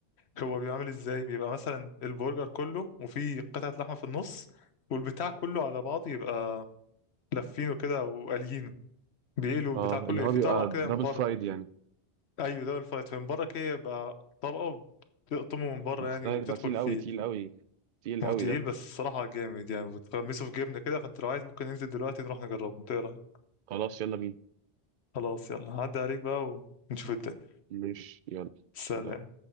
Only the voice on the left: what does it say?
هو بيعمل ازاي بيبقى مثلا البرجر كله وفي قطعة لحمة في النص والبتاع كله على بعضه يبقى لافينه كده وقاليينه بيقلوا البتاع
كله
في
طبقة كده
من بره
ايوه ده الفايت من بره كده يبقى طبقة بتقطمه من بره
يعني
وتدخل
فيه
ما هو
تقيل
بس الصراحة جامد يعني وتغمسه في جبنة كده فانت لو عايز ممكن ننزل دلوقتي نروح نجربه انت إيه رأيك؟
خلاص يلا هعدي عليك بقى ونشوف الدنيا
سلام